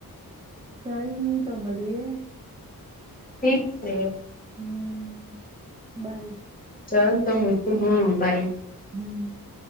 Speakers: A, on the right; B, on the left.
A: કઈ ની તો મલીએ.
B: ઠીક છે.
A: હમ્મ બાય.
B: ચાલ તો મૂકું હું બાય.
A: હમ્મ.